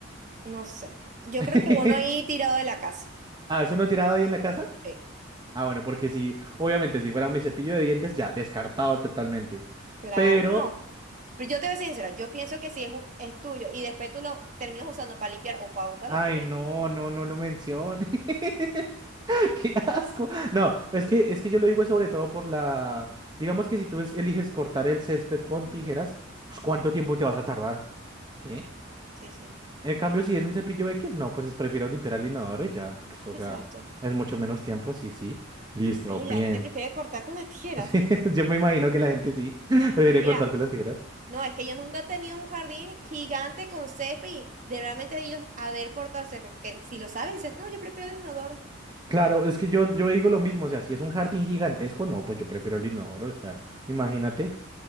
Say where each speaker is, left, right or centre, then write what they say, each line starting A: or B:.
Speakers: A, on the right; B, on the right.
A: No sé, yo
B: <laughs>
A: creo que uno ahí tirado de la casa.
B: Ah, ¿es uno tirado ahí en la casa?
A: sí.
B: Ah, bueno, porque si, obviamente, si fuera mi cepillo de dientes, ya, descartado totalmente.
A: Claro,
B: Pero,
A: bueno, pero yo te voy a ser sincera, yo pienso que si es, un- es tuyo y después tú lo terminas usando para limpiar o para botarlo,
B: ay,
A: es
B: no,
A: X.
B: no, no lo menciones. <laughs> Qué asco. No, es que, es que yo lo digo sobre todo por la. Digamos que si tú es- eliges cortar el césped con
A: Ujú.
B: tijeras, pues ¿cuánto tiempo te vas a tardar? ¿Sí?
A: Sí, sí,
B: En cambio, si es un cepillo X, no, pues es prefiero limpiar el inodoro y ya. Pues, o
A: exacto.
B: sea, es mucho menos tiempo, sí, sí. Listo,
A: Ay,
B: bien.
A: la gente prefiere
B: <laughs>
A: cortar con las tijeras.
B: Sí, Yo me imagino que la gente sí <laughs> prefiere
A: Mira,
B: cortar con las tijeras.
A: no, es que yo nunca he tenido un jardín gigante con césped y de realmente ellos haber cortado el césped, porque si lo sabes, dices, no, yo prefiero el inodoro.
B: Claro, es que yo, yo digo lo mismo, o sea, si es un jardín gigantesco, no, pues yo prefiero el inodoro, o sea, imagínate.